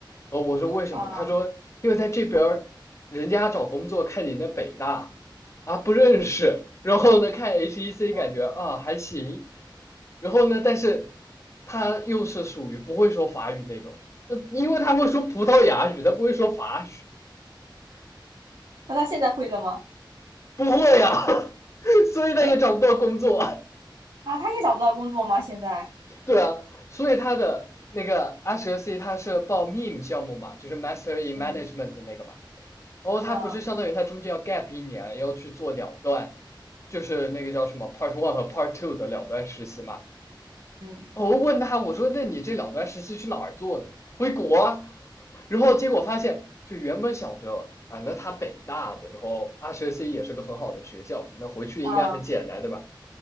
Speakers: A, on the left; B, on the right.
A: 然后我说为什么？
B: 啊，
A: 他说因为在这边儿人家找工作看你那北大啊不认识，然后呢看 HEC
B: 哦
A: 感觉啊还行，然后呢但是他又是属于不会说法语那种，呃因为他会说葡萄牙语，他不会说法语，
B: 那他现在会了吗？
A: 不会啊，<laughs> 所以他也找不到工作啊
B: 诶，啊，他也找不到工作吗？现在？
A: 对啊，所以他的那个阿 s c 他是报 MEM 项目嘛，就是 Master in
B: 嗯
A: Management 那个嘛，然后他不是相当于他中间要
B: 嗯
A: gap 一年，要去做两段，就是那个叫什么 Part One 和 Part Two 的两段实习嘛，
B: 嗯
A: 哦我问他，我说那你这两段实习去哪儿做的？回国啊。然后结果发现，就原本想着啊，那他北大的，然后二十 C 也是个很好的学校，那回去应该很简单，
B: 嗯，
A: 对吧？